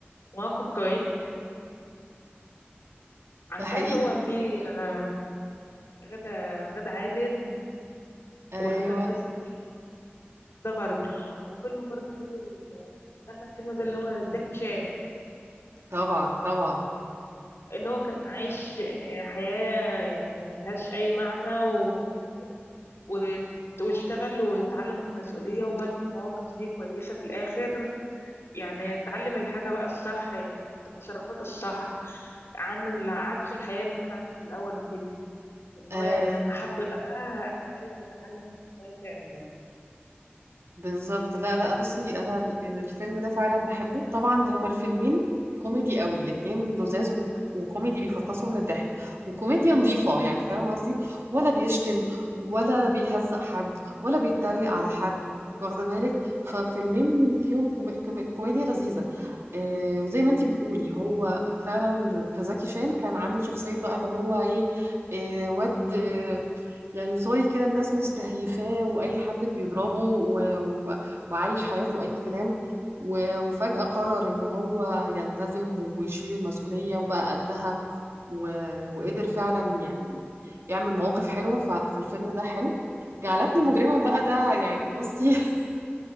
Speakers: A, on the left; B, on the right.
A: مواقف كويسه وكده عارفاه
B: ده حقيقي
A: اللي هو فيه آه، غدا غدا عادل
B: ايوه
A: وحسن حسني ده برضه وفيلم برضه حلو ال- احمد حلمي ده اللي هو زكي شان
B: طبعا طبعا
A: ان هو كان عايش حياة يعني ملهاش اي معنى و... و... واشتغل واتعلم المسؤولية وبان مواقف ليه كويسة في الاخر يعني اتعلم الحاجة بقى الصح والتصرفات الصح عن ال- عكس الحياة اللي كان عايشها في الاول وكده ان
B: ايوه
A: هو يعني لما حب بقى عرف يتعلم الحياة فعلا
B: بالظبط لا لا بصي انا ال- الفيلم ده فعلا بحبه طبعا هما الفيلمين كوميدي قوي الاتنين لذاذ وك- وكوميدي بيفطسوا من الضحك وكوميديا نظيفة يعني فاهمة قصدي ولا بيشتم ولا بيهزق حد ولا بيتريق على حد واخدة بالك ففيلمين فيهم كوم... كوم... كوميديا لذيذة آه وزي ما انتي بتقولي هو فعلا في زكي شان كان عامل شخصية بقى اللي هو ايه, إيه واد يعني سوري كده الناس مستهيفاه واي حد بيضربه و... و... وعايش حياته اي كلام و... وفجأة قرر ان هو يلتزم ويشيل المسؤولية وبقى قدها و... وقدر فعلا يعني يعمل مواقف حلوة ف... فالفيلم ده حلو جعلتني مجرما بقى ده يعني بصي <laughs>